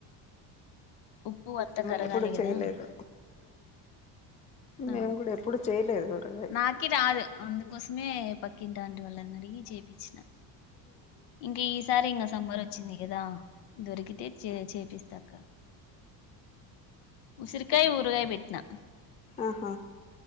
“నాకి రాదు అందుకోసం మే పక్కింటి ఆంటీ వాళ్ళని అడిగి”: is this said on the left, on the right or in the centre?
Left